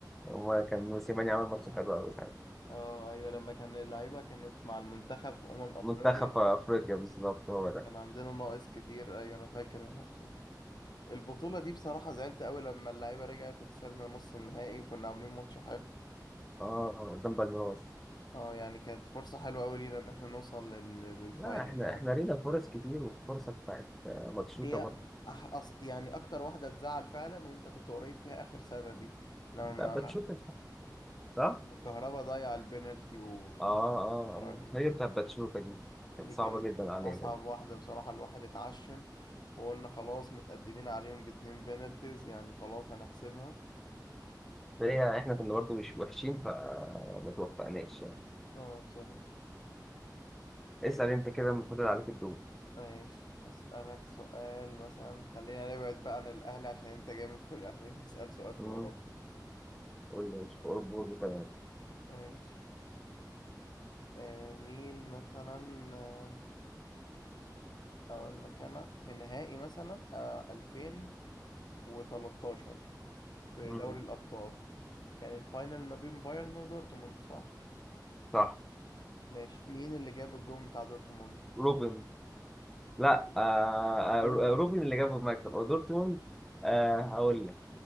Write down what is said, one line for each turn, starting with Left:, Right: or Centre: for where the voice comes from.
Centre: هو كان موسيماني عمل ماتش حلو قوي ساعتها
Left: اه ايوه لما كان اللعيبة كانت مع المنتخب في أمم أفريقيا
Centre: منتخب افريقيا بالظبط هو ده
Left: كان عندنا ناقص كتير ايوه انا فاكر الماتش ده البطولة دي بصراحة زعلت قوي لما اللعيبة رجعت وخسرنا نص النهائي وكنا عاملين ماتش حلو
Centre: اه قدام بالميراس
Left: اه يعني كانت فرصة حلوة قوي لينا ان احنا نوصل لل- للفاينل
Centre: لا احنا
Left: يعني
Centre: احنا لينا فرص كتير والفرصه بتاعت آه، ماتشوكا
Left: هي
Centre: برضه
Left: أح... أص... يعني اكتر واحدة تزعل فعلا وانت كنت قريب فيها اخر سنة دي لما
Centre: بتاعت باتشوكا صح؟ اه
Left: لما الكهربا ضيع البنالتي وخرجنا
Centre: اه اه هي بتاعت باتشوكا دي
Left: دي
Centre: كانت صعبه
Left: كانت
Centre: جدا علينا
Left: أصعب واحدة بصراحة الواحد اتعشم وقلنا خلاص متقدمين عليهم باتنين بينالتيز يعني خلاص هنحسمها
Centre: هي احنا كنا برضو مش وحشين فما توفقناش يعني
Left: اه بصراحة
Centre: اسأل انت كده المفروض عليك الدور
Left: ماشي هسألك سؤال مثلا خلينا نبعد بقى عن الأهلي عشان أنت جامد في الأهلي <laughs> نسأل سؤال في
Centre: مم.
Left: أوروبا
Centre: قول لي مش فور برضو كمان
Left: ماشي آه مين مثلا آه أقول لك أنا في نهائي مثلا آه 2013 في
Centre: مم.
Left: دوري الأبطال كان الفاينل ما بين بايرن ودورتموند صح؟
Centre: صح
Left: ماشي مين اللي جاب الجون بتاع دورتموند
Centre: روبن لا
Left: دور...
Centre: آه
Left: دورتموند
Centre: آه، روبن اللي جاب المكسب او دورتموند آه هقول لك